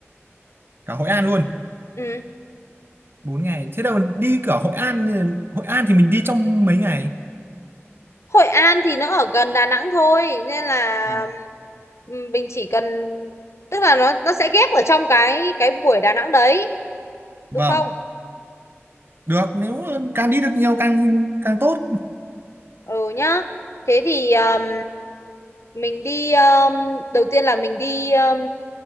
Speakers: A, on the right; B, on the left.
A: cả Hội An luôn.
B: Ừ.
A: bốn ngày. Thế đâu đi cả Hội An Hội An thì mình đi trong mấy ngày?
B: Hội An thì nó ở gần Đà Nẵng thôi nên là
A: À,
B: um, mình chỉ cần tức là nó nó sẽ ghép ở trong cái cái buổi Đà Nẵng đấy,
A: vâng,
B: được không?
A: được, nếu càng đi được nhiều càng càng tốt.
B: Ừ nhá. Thế thì um, mình đi um, đầu tiên là mình đi um,